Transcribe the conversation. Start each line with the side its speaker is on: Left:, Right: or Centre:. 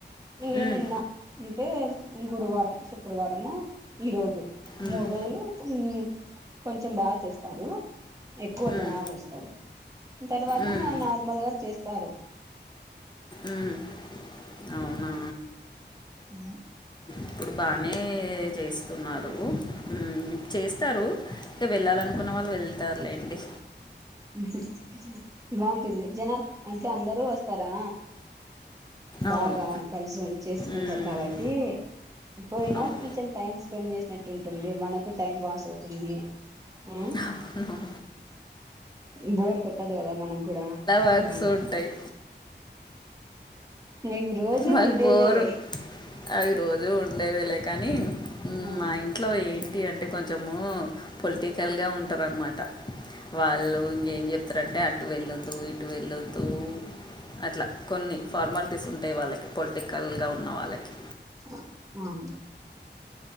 Right: ఏ
Left: ఉమ్,
Right: నిన్న అంటే గురువారం శుక్రవారము ఈరోజు
Left: ఉమ్,
Right: మూడు రోజులు మ్ కొంచెం బాగ చేస్తారు. ఎక్కువ
Left: ఉమ్,
Right: జనాలోస్తారు తర్వా త
Left: ఉమ్,
Right: నార్మల్గా చేస్తారు.
Left: ఉమ్. అవునా
Right: హ్మ్
Left: ఇప్పుడు బానే చేస్తున్నారు హ్మ్ చేస్తారు. ఐతే వెళ్ళాలనుకున్న వాళ్ళు వెళ్తార్లేండి.
Right: మ్ హు బాగుంటుంది జనాలు అంటే అందరూ వస్తారా
Left: అవును
Right: బాగా కలిసి ఉం చేసుకుంటారు
Left: ఉమ్,
Right: కాబట్టి పోయినా
Left: అవును
Right: కొంచెం టైమ్ స్పెండ్ చేసినట్టు ఉంటుంది. మనకు టైం పాస్ అవుతుంది. ఆ
Left: అవును.
Right: బోర్ కొట్టదు కదా మనక్కూడా
Left: వర్క్స్
Right: అలాగా
Left: ఉంటాయి
Right: ఇవి రోజు
Left: మాకు
Right: ఉండేవే
Left: బోరు అవి రోజు ఉండేవేలే కాని మ్
Right: ఆ
Left: మా ఇంట్లో ఏం టి అంటే కొంచెము పొలిటికల్గా ఉంటారన్నమాట వాళ్ళు ఇంగేం చెప్తారంటే అటు వెళ్ళొద్దు ఇటు వెళ్ళొద్దు. అట్ల కొన్ని ఫార్మాలిటీస్ ఉంటాయి వాళ్ళకి పొలిటికల్గా ఉన్న వాళ్ళకి
Right: అ ఆ